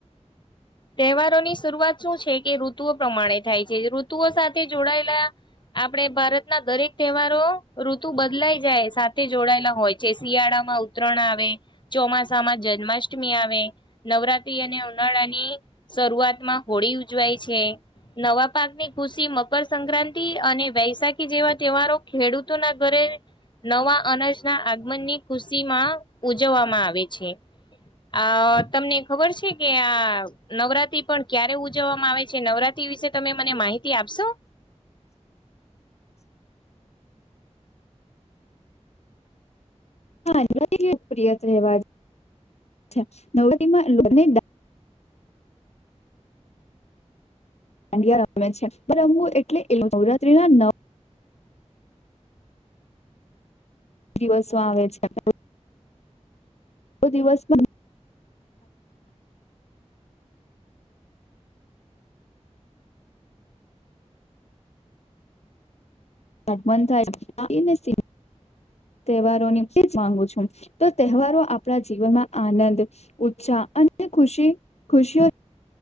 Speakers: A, on the left; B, on the left.
A: તહેવારોની શરૂઆત શું છે કે ઋતુઓ પ્રમાણે થાય છે. ઋતુઓ સાથે જોડાયેલા આપડે ભારતના દરેક તહેવારો ઋતુ બદલાઈ જાય, સાથે જોડાયેલા હોય છે. શિયાળા માં ઉતરણ આવે, ચોમાસા માં જન્માષ્ટમી આવે, નવરાત્રી અને ઉનાળા ની શરૂઆતમાં હોળી ઉજવાય છે. નવા પાકની ખુશી મકરસક્રાંતિ અને વૈશાખી જેવા તહેવારો ખેડૂતોના ઘરે નવા અનાજના આગમનની ખુશી માં ઉજવવામાં આવે છે. અહ તમને ખબર છે કે આ નવરાત્રી પણ ક્યારે ઉજવવામાં આવે છે? નવરાત્રી વિશે તમે મને માહિતી આપશો?
B: હા <inaudible> પ્રિય તહેવાર છ છે. નવરાત્રિ માં લોકોને <unintelligible> દાંડિયા રમે છે. <inaudible> એટલે નવરાત્રી ના નવ દિવસો આવે છે. <inaudible> તો દિવસ માં <inaudible> <inaudible> તહેવારોની જ <inaudible> માંગુ છું. તો તહેવારો આપણા જીવનમાં આનંદ, ઉત્સાહ <inaudible> કે ખુશી ખુશીઓ